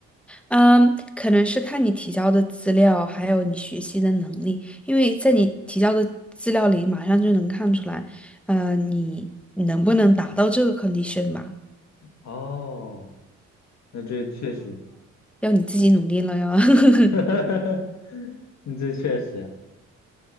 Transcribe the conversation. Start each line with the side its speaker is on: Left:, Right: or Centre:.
Centre: 嗯，可能是看你提交的资料，还有你学习的能力，因为在你提交的资料里，马上就能看出来，呃，你能不能达到这个 condition 吧？
Left: 哦，那这确实，
Centre: 要你自己努力了哟。<laughs>
Left: <laughs> 你这确实